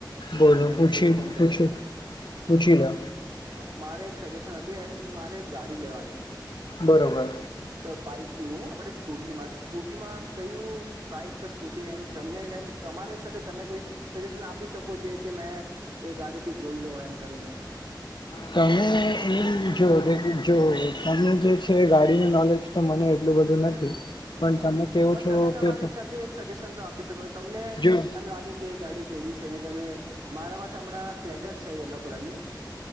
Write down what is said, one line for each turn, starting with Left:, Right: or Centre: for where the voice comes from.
Right: એક
Left: બોલો
Right: જ મિનટમાં
Left: પૂછી
Right: ડોર બંધ કરી
Left: પૂછી
Right: મક હ
Left: પૂછી લો
Right: હા મારે એક સજેશન તે એમ મારે ગાડી લેવાની હતી.
Left: બરોબર
Right: તો બાઈક ન આપણે સ્કૂટીમાં તો સ્કૂ માં કયું બાઈક કે સ્કૂટી એમ તમને એમ તમારા હિસાબ તમે કોઈ સજેશન આપી શકો. કે મેં એ ગાડી બી જોઈ લો એમ કરીને
Left: તમે એ જો, જો તમે જે છે ગાડીનું નોલેજ તો મને એટલું બધું નથી પણ
Right: હા,
Left: તમે કેવો
Right: પણ
Left: છો
Right: તમે તમારા
Left: કે
Right: હિસાબથી એક સજેશન તો આપી શકો છ તમને
Left: જો
Right: એમ લાગે કે એ ગાડી કેવી છે તમે મારા પાસે હમણાં પ્લેઝર છે યલો કલરની